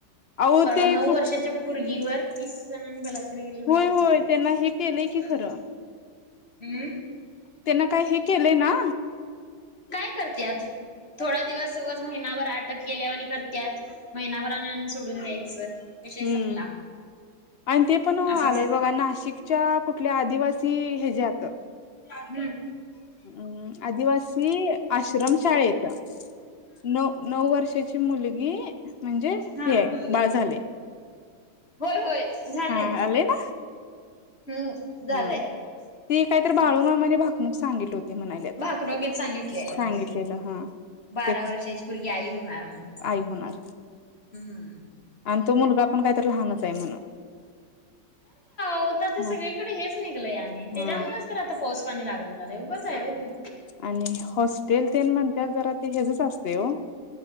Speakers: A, on the left (about 75°); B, on the left (about 35°).
A: अहो
B: परवा
A: ते
B: नऊ
A: कुठ
B: वर्षाच्या पोरगी वर तीस जणांनी बलात्कार भेटला
A: होय होय
B: असं काय ते
A: त्यांना हे केलंय की खरं
B: हम्म.
A: त्यांना काय हे केलंय ना?
B: काय करत्यात थोडा दिवस उगच महिनावर अटक केल्या आणि करत्यात महिनाभर आणून आणि सोडून द्यायचं. विषय
A: हम्म
B: संपला.
A: आणि ते पण हो
B: अस
A: आलंय
B: असतंय.
A: बघा नाशिकच्या कुठल्या आदिवा सी हेज्यात
B: हम्म.
A: हम्म आदिवासी आश्रम शाळेतं. नऊ नऊ वर्षाची मुलगी म्हणजे
B: हा
A: हे
B: हा
A: बाळ झाले.
B: होय होय झालंय
A: हा आले
B: हम्म
A: ना
B: झालंय.
A: ह ती कायत
B: हम्म
A: बाळूमामाने भाकमूक सांगितली होती म्हणाल्यात
B: भाकणुकीत सांगितलेलं
A: सांगितलेलं
B: होय
A: हा.
B: बारा
A: ते
B: वर्षाची पोरगी आई होणार म्हणून
A: आई होणार
B: हम्म.
A: आणि तो मुलगा पण काहीतरी लहानच आहे म्हणून.
B: तो होता ते सगळीकडे
A: हा
B: हेच निघलय आणि त्याच्यामुळेच
A: हा.
B: तर आता पोसपानी लागण झालंय उगंच आहे वय हे.
A: आणि हॉस्टेल तेन म्हणतातात जरा ते हेचच असते हो